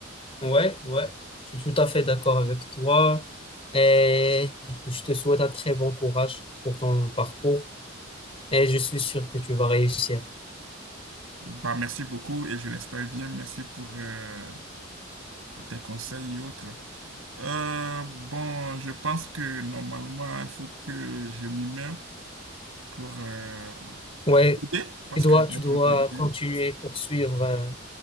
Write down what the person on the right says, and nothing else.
bah, merci beaucoup et je l'espère bien. Merci pour euh, tes conseils et autres. Euh, bon, je pense que normalement, il faut que je m'y mets pour euh,
coder, parce
que je dois
être
le coder.
oui.